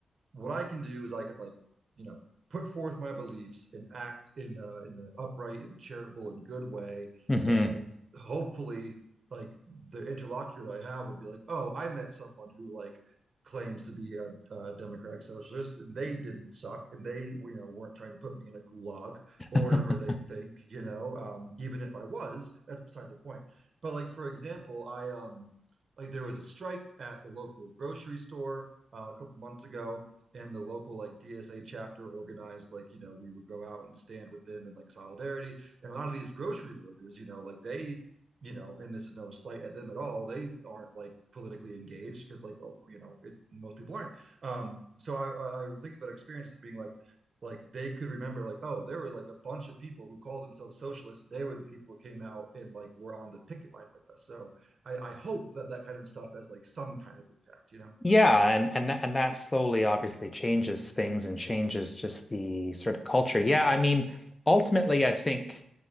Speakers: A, on the right; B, on the left.
A: what I can do is I can like, you know, put forth my beliefs and act in a, in an upright and charitable and good way,
B: mhm.
A: and hopefully, like the interlocutor that I have would be like, oh, I met someone who like claims to be a, uh democratic socialist and they didn't suck and they you know weren't trying to put me in a gulag
B: <laughs>
A: or whatever they think you know um, even if I was that's beside the point but like for example I um like there was a strike at the local grocery store uh, a couple months ago and the local like DSA chapter organized like you know we would go out and stand with them in like solidarity and a lot of these grocery workers you know like they you know and this is no slight at them at all they aren't like politically engaged because like oh you know it most people aren't um so I I think about experience as being like like they could remember like oh there were like a bunch of people who called themselves socialists they were the people who came out and like were on the picket line with us so I I hope that that kind of stuff has like some kind of impact you know
B: Yeah, and and and that slowly obviously changes things and changes just the sort of culture. Yeah, I mean, ultimately, I think